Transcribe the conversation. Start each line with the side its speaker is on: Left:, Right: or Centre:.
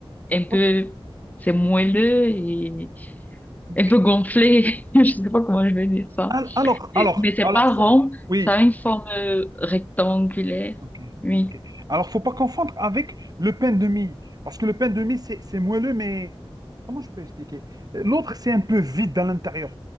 Left: un peu,
Right: ok,
Left: c'est moelleux et
Right: ok.
Left: un peu gonflé. <laughs> Je sais pas comment je vais dire ça.
Right: Al- Alors,
Left: Et-
Right: alors,
Left: Mais c'est
Right: alors,
Left: pas rond,
Right: faut- oui,
Left: ça a une forme euh, rectangulaire.
Right: Ok.
Left: Oui.
Right: ok. Alors, faut pas confondre avec le pain de mie, parce que le pain de mie, c'est c'est moelleux, mais comment je peux expliquer? Euh, L'autre, c'est un peu vide dans l'intérieur.